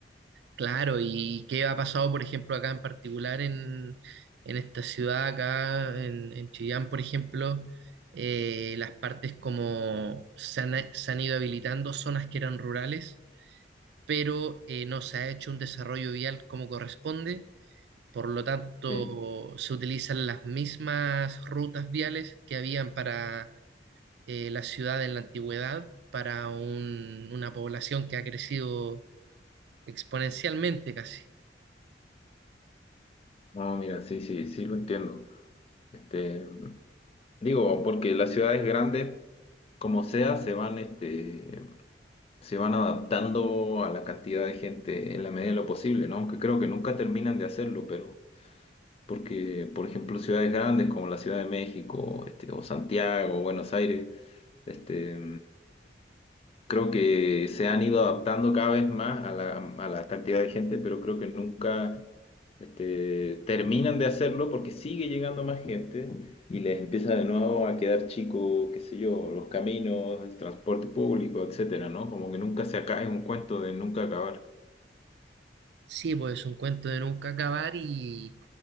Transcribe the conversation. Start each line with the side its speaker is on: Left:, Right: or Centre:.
Right: Claro, ¿y qué ha pasado, por ejemplo, acá en particular en, en esta ciudad, acá en, en Chillán, por ejemplo? eh, las partes como se han, se han ido habilitando zonas que eran rurales, pero eh, no se ha hecho un desarrollo vial como corresponde, por lo tanto
Left: Sí.
Right: se utilizan las mismas rutas viales que habían para eh, la ciudad en la antigüedad, para un- una población que ha crecido exponencialmente casi.
Left: No, mira, sí, sí, sí lo entiendo. Este, digo, porque las ciudades grandes, como sea, se van, este, se van adaptando a la cantidad de gente en la medida de lo posible, ¿no? Aunque creo que nunca terminan de hacerlo, pero porque, por ejemplo, ciudades grandes como la Ciudad de México, este, o Santiago, Buenos Aires, este, Creo que se han ido adaptando cada vez más a la, a la cantidad de gente, pero creo que nunca este, terminan de hacerlo porque sigue llegando más gente y les empieza de nuevo a quedar chico, qué sé yo, los caminos, el transporte público, etcétera, ¿no? Como que nunca se acaba, es un cuento de nunca acabar.
Right: Sí, pues es un cuento de nunca acabar y,